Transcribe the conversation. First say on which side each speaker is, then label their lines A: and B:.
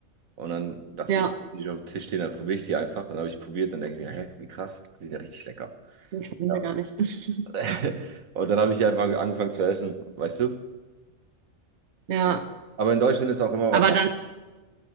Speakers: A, on the right; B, on the right.
A: Und dann dachte
B: Ja,
A: ich, okay, die nicht auf dem Tisch stehen, dann probiere ich die einfach. Und dann habe ich probiert, dann denke ich mir, hä, wie krass, die sind ja richtig lecker.
B: ich verbinde
A: Ja.
B: gar nicht.
A: <laughs>
B: <laughs>
A: Und dann habe ich die einfach angefangen zu essen, weißt du?
B: Ja,
A: Aber in Deutschland ist auch immer
B: aber
A: was anderes.
B: dann,